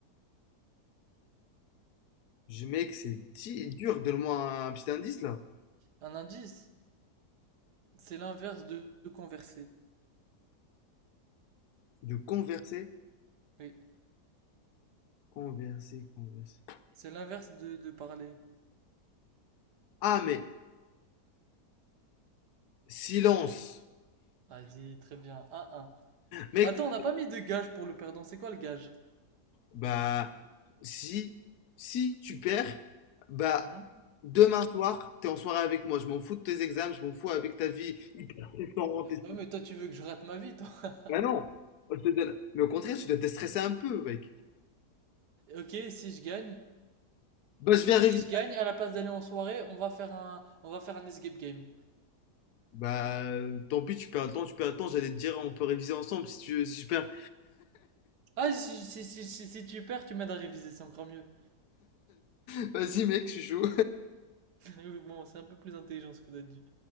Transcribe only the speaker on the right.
Un indice, c'est l'inverse de, de converser.
Oui,
c'est l'inverse de, de parler.
Vas-y, très bien. Un un.
Attends, on n'a pas mis de gage pour le perdant. C'est quoi le gage?
Mhm.
Ah, ouais, mais toi, tu veux que je rate ma vie, toi. <laughs>
Ok, si je gagne.
Si je gagne, à la place d'aller en soirée, on va faire un, on va faire un escape game.
Ah, si, si, si, si, si si tu perds, tu m'aides à réviser, c'est encore mieux.
<laughs> Bon, c'est un peu plus intelligent ce que t'as dit.